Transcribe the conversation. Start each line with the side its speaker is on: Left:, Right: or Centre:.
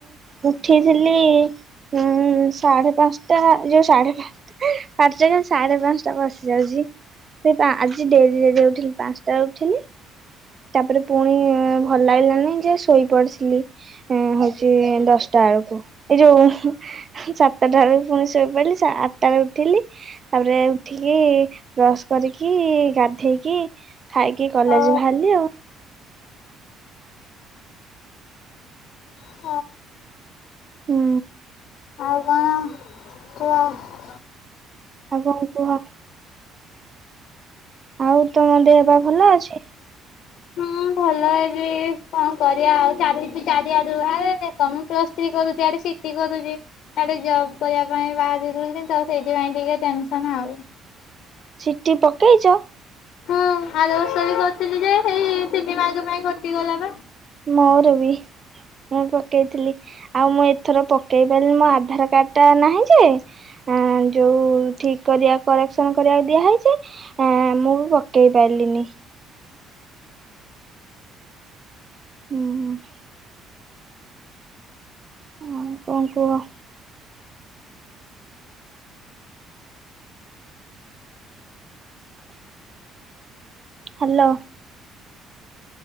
Right: ଉଠିଥିଲି। ହୁଁ ସାଢେ ପାଞ୍ଚଟା ଯୋଉ ସାଢେ ପାଞ୍ଚ୍। ଏଁ ପାଟିରେ ଖାଲି ସାଢେ ପାଞ୍ଚଟା ପଶି ଯାଉଚି। ସେଇ ପା ଆଜି ଡେରି ଡେରି ରେ ଉଠଲି ପାଞ୍ଚଟାରେ ଉଠିଲି। ତାପରେ ପୁଣି ଭଲ ଲାଗିଲାନି ଯେ ଶୋଇ ପଡିସିଲି। ହୁଁ ହଉଚି ଦଶଟା ବେଳୁକୁ ଏଇ ଯୋଉ ସାତଟା ବେଳକୁ ପୁଣି ଶୋଇପଡିଲି ସା ଆଠଟା ରେ ଉଠିଲି। ତାପରେ ଉଠିକି ବ୍ରସ୍ କରିକି ଗାଧେଇକି ଖାଇକି କଲେଜ
Left: ଓ
Right: ଭା ଭାରଲି ଆଉ।
Left: ହ
Right: ହୁଁ।
Left: ଆଉ କଣ? <unintelligible>
Right: ଆଉ କଣ କୁହ? ଆଉ ତମ ଦେହ ପା ଭଲ ଅଛି?
Left: ହୁଁ ଭଲ। ଲେ ବି କଣ କରିବା ଆଉ ଚାଲିଚି ଚାରିଆଡୁ ଆରେ ଦେଖ ମୁଁ ପ୍ଲସ୍ ଥ୍ରୀ କରୁଛି ଆଡେ। ଥ୍ରୀ କରୁଚି ଆଡେ ଜବ୍ କରିବା ପାଇଁ ବାହାରିବି ଯେତେବେଳେ କେମିତି ହବ ସେଥିପାଇଁ ଟିକେ ଟେନସନ ଆଉ।
Right: ଚିଠି ପକେଇଚ?
Left: ହଁ ଆର ବର୍ଷ ବି କରିଥିଲି ଯେ ଏଇ ତିନି ମାଗ ପାଇଁ କଟିଗଲା ବା।
Right: ମୋର ବି। ମୁଁ ପକେଇଥିଲି ଆଉ ମୁଁ ଏଥର ପକେଇ ପାଇଲିନି ମୋ ଆଧାର କାର୍ଡ ଟା ନାହିଁ ଯେ ଅଁ ଯୋଉ ଠିକ୍ କରିବା କରେକ୍ସନ କରିବାକୁ ଦିଆହେଇଚି। ହଁ ମୁଁ ବି ପକେଇ ପାଇଲିନି। ହୁଁ ହୁଁ। ଆଉ କଣ କୁହ? ହ୍ୟାଲୋ।